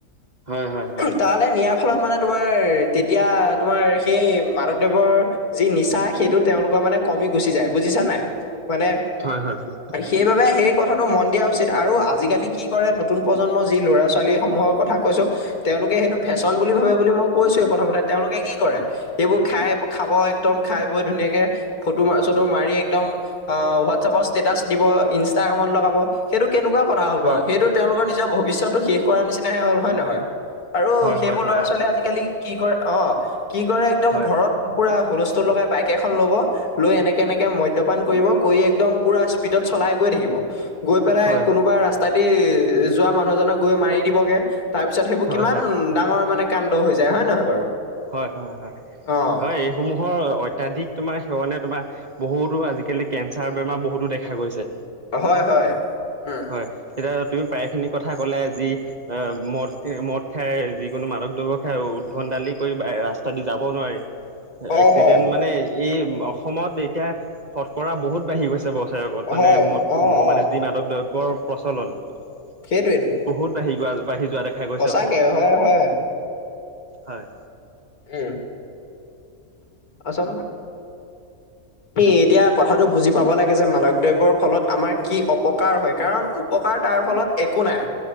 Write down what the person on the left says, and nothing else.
তাহাতে নিয়াৰ ফলত মানে তোমাৰ তেতিয়া তোমাৰ সেই মাদক দ্ৰৱৰ যি নিচা সেইটো তেওঁলোকৰ মানে কমি গুচি যায় বুজিছা নাই মানে
সেইবাবে সেই কথাটো মন দিয়া উচিত আৰু আজিকালি কি কৰে নতুন প্ৰজন্মৰ যি ল'ৰা ছোৱালী সমূহৰ কথা কৈছো তেওঁ তেওঁলোকে সেইটো ফেশ্বন বুলি ভাবে বুলি মই কৈছোৱে প্ৰথমতে তেওঁলোকে কি কৰে এইবোৰ খাই খাব একদম খা খাই বই ধুনীয়াকে ফটো চটো মাৰি একদম হোৱাটছএপ ৰ ষ্টেটাছ দিব ইন্স কামত লগাব সেইটো কেনেকুৱা কথা হ'ল
বাৰু সেইটো তেওঁলোকৰ নিজৰ ভৱিষ্যতটো শেষ কৰাৰ নিচিনাহে হ'ল হয় নহয় আৰু
সেইবোৰ
ল'ৰা ছোৱালীয়ে আজিকালি কি কৰা অ কি কৰে একদম
ঘৰত পুৰা হুলস্থ <unintelligible> এ লব লৈ এনেকে এনেকে ম্ধ্য পাণ কৰিব কৰি একদম ইউপিএ চলাই গৈ থাকিব গৈ পেলাই
কোনোবা ৰাস্তা দি যোৱা মানুহজনক গৈ মাৰি দিবগে তাৰ পিছত সেইবোৰ
কিমান
ডাঙৰ মানে কাণ্ড হৈ যায় হয়ে নহয় বাৰু
অ'
হয় হয় উম।
হয়
হয়
হয়
অ' অ'
সেইটোৱেইটো
সঁচাকে
হয় হয়
উম আচলতে। সে এতিয়া কথাটো বুজি পাব লাগে যে মালক দ্ৰব্যৰ ফলত আমাৰ কি অপকাৰ হয় কাৰণ উপকাৰ উপকাৰ তাৰ ফলত একো নাই